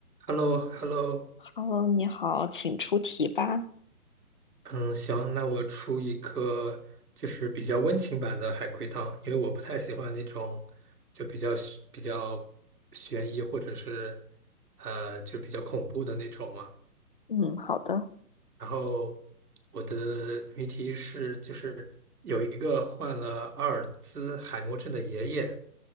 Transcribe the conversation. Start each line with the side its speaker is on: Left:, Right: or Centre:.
Right: h e l l o h e l l o
Left: Hello，你好，请出题吧。
Right: 嗯，行，那我出一个就是比较温情版的海龟汤，因为我不太喜欢那种就比较悬比较悬疑或者是呃就比较恐怖的那种嘛。
Left: 嗯，好的。
Right: 然后我的谜题是，就是有一个患了阿尔兹海默症的爷爷，